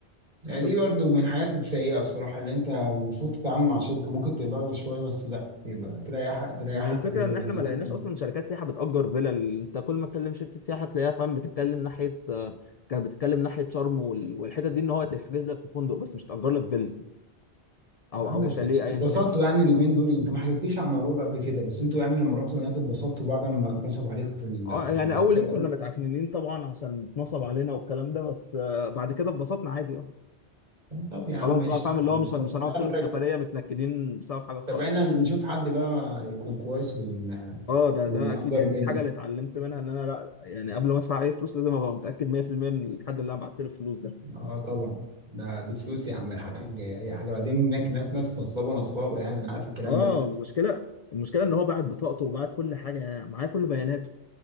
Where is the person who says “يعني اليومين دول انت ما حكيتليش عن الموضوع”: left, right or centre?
Right